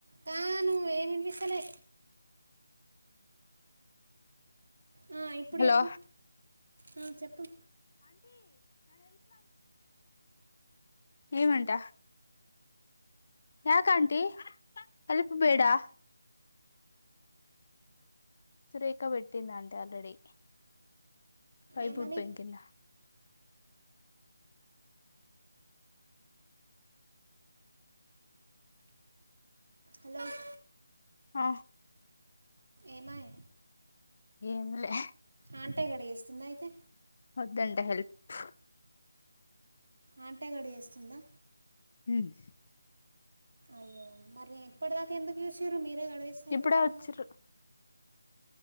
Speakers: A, on the right; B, on the left.
A: కా నువ్వు ఏం వినిపిస్తలే
B: <inaudible>
A: ఆ, ఇప్పుడు
B: హలో
A: చెప్పు ఆ, చెప్పు
B: ఏమంట రాకాంటీ తలుపు బేడా సురేఖ పెట్టిందట ఆల్రెడి పైపు
A: ఏమని
B: ఊడిపోయింది కింద
A: హలో
B: ఆ
A: ఏమాయ్
B: ఏంలే
A: ఆంటె కడిగేస్తుందా అయితే
B: దండ హెల్ప్
A: ఆంటె కడిగేస్తుందా
B: ఉమ్మ్
A: అయ్యో మరి ఎప్పటిదాకా ఎందుకు చూసిర్రు మీరు ఇప్పుడే కడిగేస్తే ఐపోతుందిగా
B: ఇప్పుడే వచ్చిరు